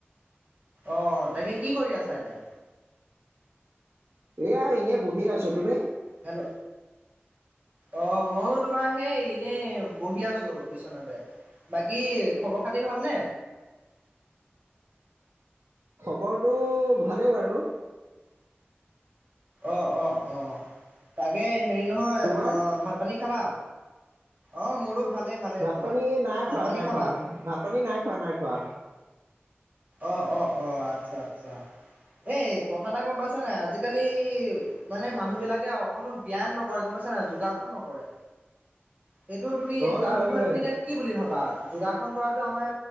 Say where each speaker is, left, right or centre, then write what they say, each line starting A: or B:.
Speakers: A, on the right (about 40°); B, on the right (about 70°).
A: অ', তাকে কি কৰি আছা এতিয়া?
B: এয়া এনেই বহি আছোঁ তুমি।
A: হেল্ল'। অ', মইয়ো তোমাৰ সেই এনেই বহি আছোঁ বিচনাতে। বাকী খবৰ খাতি ভালনে?
B: খবৰটো ভালেই বাৰু।
A: অ', অ', অ', তাকে হেৰি নহয়
B: তোমাৰ
A: আহ ভাত পানী খালা? অ', মোৰো ভালেই ভালেই
B: ভাত
A: ভালেই
B: পানী নাই
A: ভাত
B: খোৱা,
A: পানী
B: নাই
A: খালা
B: খোৱা ভাত পানী নাই খোৱা, নাই খোৱা।
A: অ', অ', অ', আচ্ছা, আচ্ছা এই কথা এটা গ'ম পাইছা নাই আজিকালি মানে মানুহ বিলাকে অকনো ব্যায়াম নকৰে গ'ম পাইছা না যোগাসন নকৰে। সেইটো তুমি,
B: হয়
A: তাৰ
B: হয়
A: বিষয়ে তুমি এতিয়া কি বুলি ভাবা, যোগাসন কৰাটো আমাৰ